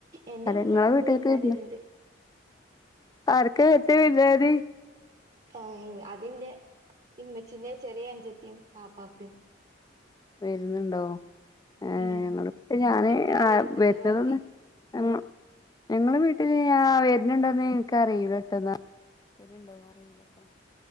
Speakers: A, on the right; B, on the left.
A: എന്റെ
B: അതെ
A: വീട്ടിലേക്ക്
B: നിങ്ങളെ വീട്ടിലേക്ക്
A: ഇപ്പോ വിരുന്നാര് വരുണ്ട്
B: ആർക്ക പറ്റ ഇല്ലത്
A: ആ.. അതിന്റെ ഇമ്മച്ചിന്റെ ചെറിയ അന്ഞ്ചത്തി ആപ്പാപ്പാണ്
B: വരുന്നുണ്ടോ ഏ
A: ഉം
B: ഞങ്ങളിപ്പ ഞാന്
A: ഇപ്പളാ
B: ആ
A: വരുന്നുണ്ട്
B: വരുന്നന്ന്
A: പറഞ്ഞ്
B: ഞങ്ങ ഞങ്ങള് വീട്ടില് ആ വരുന്നുണ്ടെന്ന് എനിക്കറിയൂല്ല പിന്ന വരുണ്ടോ ആരെങ്കിലൊക്ക